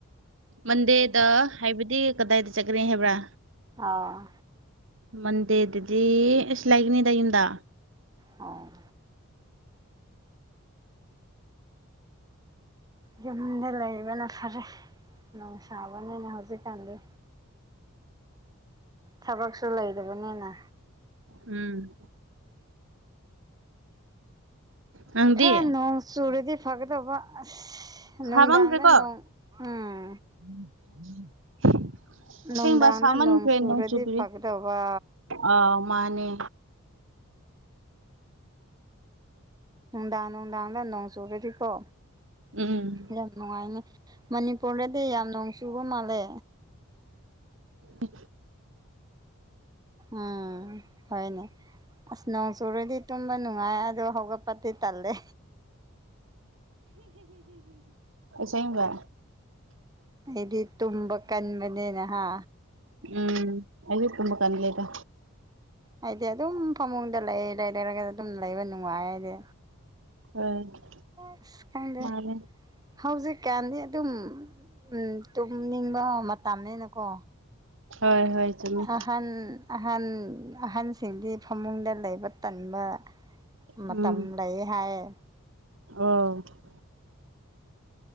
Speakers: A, on the right (about 60°); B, on the right (about 15°).
A: ꯃꯟꯗꯦꯗ ꯍꯥꯏꯕꯗꯤ ꯀꯗꯥꯏꯗ ꯆꯠꯈ꯭ꯔꯦ ꯍꯥꯏꯕ꯭ꯔꯥ
B: ꯑꯣꯥꯎ
A: ꯃꯗꯗꯤ ꯏꯁꯂꯥꯏꯒꯅꯤꯗ ꯍꯗꯥ
B: ꯑꯣ ꯌꯨꯝꯗ ꯂꯩꯕꯅ ꯐꯔꯦ ꯅꯣꯡ ꯁꯥꯕꯅꯤꯅ ꯍꯧꯖꯤꯛꯀꯥꯟꯗꯤ ꯊꯕꯛꯁꯨ ꯂꯩꯗꯕꯅꯤꯅ
A: ꯎꯝ ꯅꯪꯗꯤ
B: ꯈꯔ ꯅꯣꯡ ꯆꯨꯔꯗꯤ ꯐꯒꯗꯕ ꯑꯁ ꯅꯨꯡꯗꯥꯡꯗ
A: ꯁꯥꯃꯟꯈ꯭ꯔꯦꯀꯣ
B: ꯅꯣꯡ ꯎꯝ
A: <inaudible>
B: <inaudible>
A: ꯑꯁꯦꯡꯕ
B: ꯅꯨꯡꯗꯥꯡꯗ
A: ꯁꯥꯃꯟꯈ꯭ꯔꯦ
B: ꯅꯣꯡ ꯆꯨꯔꯗꯤ
A: ꯆꯨꯕꯤꯔꯤ
B: ꯐꯒꯗꯧꯕ
A: ꯑꯥ ꯃꯥꯅꯦ
B: ꯅꯨꯡꯗꯥ ꯅꯨꯡꯗꯥꯗ ꯅꯣꯡ ꯆꯨꯔꯦꯗꯤꯀꯣ
A: ꯎꯝ
B: ꯌꯥꯝ ꯅꯨꯡꯉꯥꯏꯅꯦ ꯃꯅꯤꯄꯨꯔꯗꯗꯤ ꯌꯥꯝ ꯅꯣꯡ ꯆꯨꯕ ꯃꯥꯜꯂꯦ
A: ꯍ
B: ꯎꯝ ꯍꯣꯏꯅꯦ ꯑꯁ ꯅꯣꯡ ꯆꯨꯔꯗꯤ ꯇꯨꯝꯕ ꯅꯨꯡꯉꯥꯏ ꯑꯗꯣ ꯍꯧꯒꯠꯄꯗꯤ ꯇꯜꯂꯦ
A: ꯁꯕ
B: ꯏꯗꯤ ꯇꯨꯕꯥ ꯀꯟꯕꯅꯦꯦꯅ ꯍꯥ
A: ꯎꯝ ꯑꯩꯗꯤ ꯀꯕ ꯀꯥꯟ ꯂꯩꯗ
B: ꯑꯩꯗꯤ ꯑꯗꯨꯝ ꯐꯃꯨꯡꯗ ꯂꯩ ꯂꯩꯔꯔꯒ ꯑꯗꯨꯝ ꯂꯩꯕ ꯅꯨꯡꯉꯥꯏ ꯑꯩꯗꯤ
A: <unintelligible>
B: ꯑꯁ ꯈꯪꯗꯦ
A: ꯃꯥꯅꯦ
B: ꯍꯧꯖꯤꯛꯀꯥꯟꯗꯤ ꯑꯗꯨꯝ ꯎꯝ ꯇꯨꯝꯅꯤꯡꯕ ꯃꯇꯝꯅꯤꯅꯀꯣ
A: ꯍꯣꯏ ꯍꯣꯏ ꯆꯨꯝꯃꯦ
B: ꯑꯍꯟ ꯑꯍꯟ ꯑꯍꯟꯁꯤꯡꯗꯤ ꯐꯃꯨꯡꯗ ꯂꯩꯕ ꯇꯟꯕ ꯃꯇꯝ
A: ꯎꯝ
B: ꯂꯩ ꯍꯥꯏꯌꯦ
A: <unintelligible>